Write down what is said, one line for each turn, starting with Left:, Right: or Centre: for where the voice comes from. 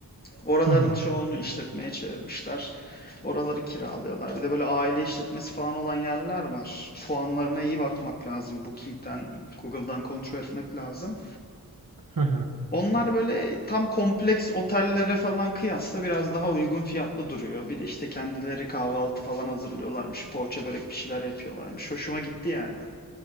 Left: Oraların
Right: Hı hı,
Left: çoğunu işletmeye çevirmişler. Oraları kiralıyorlar. Bir de böyle aile işletmesi falan olan yerler var. Puanlarına iyi bakmak lazım. Booking'den, Google'dan kontrol etmek lazım.
Right: hı hı.
Left: Onlar böyle tam kompleks otellere falan kıyasla biraz daha uygun fiyatlı duruyor. Bir de işte kendileri kahvaltı falan hazırlıyorlarmış. Poğaça börek bir şeyler yapıyorlarmış. Hoşuma gitti yani.